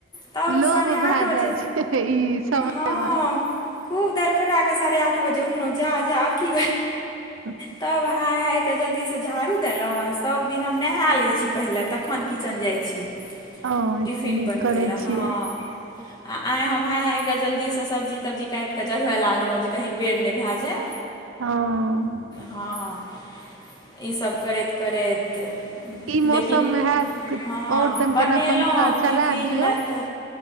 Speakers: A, on the left; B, on the right.
A: तब
B: लोभ
A: साढ़े
B: भए
A: आठ बजे,
B: जाइ छै ई समय
A: हँ।
B: मे
A: खूब दरफड़ कऽ साढ़े आठ बजे उठलहु, जा जा आब की
B: ह।
A: तब हाय हाइके, जल्दीसँ झाड़ू देलहुॅं, आ सब दिन हम नहा लै छी पहिले, तखन किचन जाइ छी।
B: ह ई
A: टिफिन
B: तऽ नीक
A: बनबै
B: करै
A: लए हँ
B: छियै।
A: आ आँइ हम हाइ- हाँइके जल्दीसँ सब्जी- तब्जी काटि कऽ चढ़बय लागलहुँ, जे कहहँ बेर नहि भए जाय।
B: हँ।
A: हँ, ईसभ करैत- करैत
B: ई मौसम
A: लेकिन
B: मे हैत
A: हँ,
B: और तम
A: बनेलहुँ
B: केना पंखा चला
A: टिफिन
B: दियौ
A: लए तऽ